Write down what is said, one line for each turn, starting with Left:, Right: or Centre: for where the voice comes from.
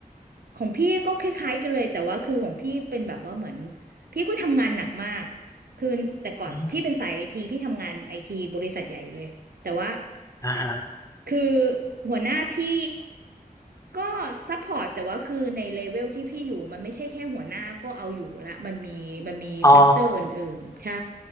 Right: ของพี่ก็คล้ายๆกันเลยแต่ว่าคือของพี่เป็นแบบว่าเหมือนพี่ก็ทำงานหนักมากคือแต่ก่อนพี่เป็นสายไอทีพี่ทำงานไอทีบริษัทใหญ่เลยแต่ว่า
Left: อืมอ่าฮะ
Right: คือหัวหน้าพี่ก็ซัพพอร์ตแต่ว่าคือในเลเวลที่พี่อยู่มันไม่ใช่แค่หัวหน้าก็เอาอยู่ละมันมีมันมีแฟกเตอร์อื่นๆใช่
Left: อ๋อ